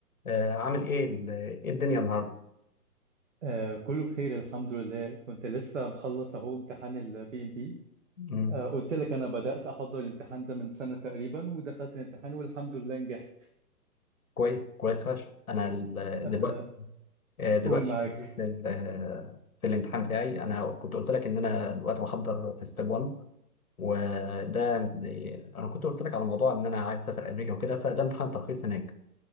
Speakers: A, on the left; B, on the right.
A: آه، عامل ايه ال- إيه الدنيا النهارده
B: آه كله بخير الحمد لله كنت لسه مخلص اهو امتحان البي ام بي
A: مم.
B: آه قلت لك انا بدأت احضر الامتحان ده من سنة تقريبا ودخلت الامتحان والحمد لله نجحت
A: كويس كويس فشخ انا ال-
B: آه
A: دلوقتي آه، دلوقتي
B: قول معاك
A: شغال في ال- آه، في الامتحان بتاعي انا كنت قلت لك ان انا دلوقتي بحضر في ستيب 1 وده انا كنت قلت لك على موضوع ان انا عايز اسافر امريكا وكده فده امتحان ترخيص هناك